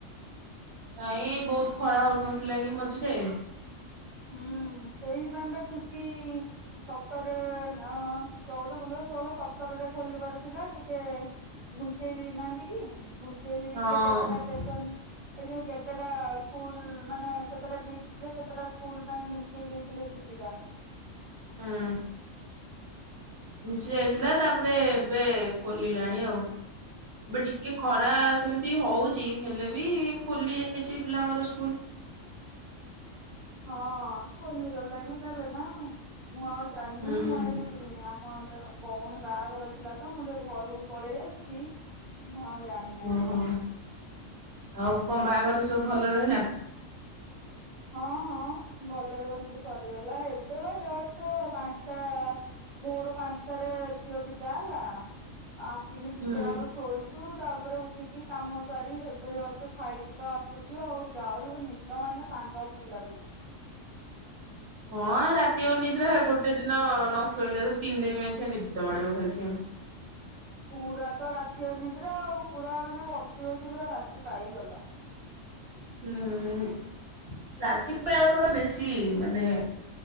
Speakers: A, on the right; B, on the right.
A: ନାଇଁ ବହୁତ ଖରା ହଉନଥିଲା କି ମଝିରେ
B: ହୁଁ ସେଇଥିପାଇଁ ବା ଛୁଟି ସତର ନା ଚଉଦ ପନ୍ଦର ଷୋହଳ ସତରରେ ଖୋଲିବାର ଥିଲା ଟିକେ ଘୁଞ୍ଚେଇ ଦେଇନାହାନ୍ତି କି ଘୁଞ୍ଚେଇ ଦେଇଥିଲେ
A: ହଁ
B: କେତେଟା ଟେସନ ଏଇ ଯୋଉ କେତେଟା ସ୍କୁଲ ମାନେ କେତେଟା ଡିଷ୍ଟରେ କେତେଟା ସ୍କୁଲ ପାଇଁ ଘୁଞ୍ଚେଇ ଦେଇଥିଲେ ଛୁଟି ଟା।
A: ହୁଁ ଯାଇଥିଲା ତାପରେ ଏବେ ଖୋଲିଲାଣି ଆଉ। ଏବେ ଟିକେ ଖରା
B: ଓହୋ।
A: ସେମିତି ହଉ ହେଲେ ବି ଖୋଲିଯାଇଛି ପିଲାଙ୍କର ସ୍କୁଲ।
B: ହଁ ଖୋଲିଗଲାଣି। ଲେ ନା ମୁଁ ଆଉ ଜାଣିନି
A: ହୁଁ
B: ମୁଁ ଏଇ ଆମ ଭଉଣୀ ବାହାଘର ଥିଲା ତ ମୁଁ ଟିକେ ଘରକୁ ପଳେଇ ଆସିଛି ମୁଁ ଆଉ ଜାଣିନାଇ।
A: ଓହୋ ଆଉ କଣ ବାହାଘର ସବୁ ଭଲରେ ହେଲୋ?
B: ହଁ-ହଁ। ଭଲରେ-ଭଲରେ ସରିଗଲା ଏବେ ବା ଜଷ୍ଟ ପାଞ୍ଚଟା ଭୋର ପାଞ୍ଚଟାରେ ଝିଅ ବି ବିଦାହେଲା ଆସିକି ଟିକେ
A: ହୁଁ
B: ନାକରୁ ଶୋଇଛୁ ତାପରେ ଉଠିକି କାମ ସାରି ଏବେ ଜଷ୍ଟ ଖାଇକି ତ ଆସୁଛୁ ଆଉ ଯାଉଛି ନିଦ ମାନେ ସଙ୍ଗାତିକ୍ ଲାଗୁଛି।
A: ହଁ ରାତି ଅନିଦ୍ରା ଗୋଟେ ଦିନ ନ ଶୋଇଲେ ତ ତିନି ଦିନ ନିଦ ମାଡିବ ଖାଲି ସେ
B: <inaudible> ପୁରା ତ ରାତି ଅନିଦ୍ରା ଆଉ ପୁରା ମାନେ ବସି-ବସି ପୁରା ରାତି ପାଇଗଲା। <inaudible>
A: ହୁଁ ରାତିପାଇବାର ବେଶୀ ମାନେ